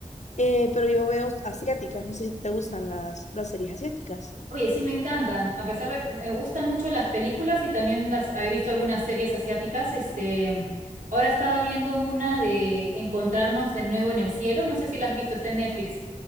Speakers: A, on the left (about 60°); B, on the right (about 80°).
A: Eh, pero yo veo asiáticas, no sé si te gustan las, las series asiáticas.
B: Oye, sí me encantan, a pesar de que me gustan mucho las películas y también las he visto algunas series asiáticas, este, ahora estaba viendo una de Encontrarnos de nuevo en el cielo, no sé si la has visto, está en Netflix.